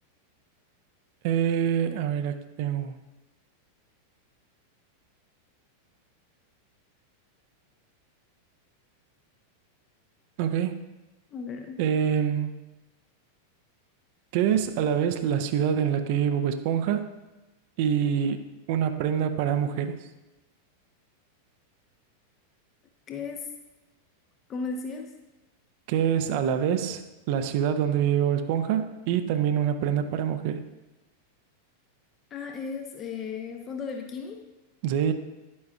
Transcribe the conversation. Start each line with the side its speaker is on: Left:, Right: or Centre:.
Right: Eh, a ver, aquí tengo. una. Ok.
Left: a ver
Right: Em, ¿qué es a la vez la ciudad en la que vive Bob Esponja y una prenda para mujeres?
Left: ¿Qué es? ¿Cómo decías?
Right: ¿Qué es a la vez la ciudad donde vive Bob Esponja y también una prenda para mujeres?
Left: Ah, es eh, fondo de bikini.
Right: Sí,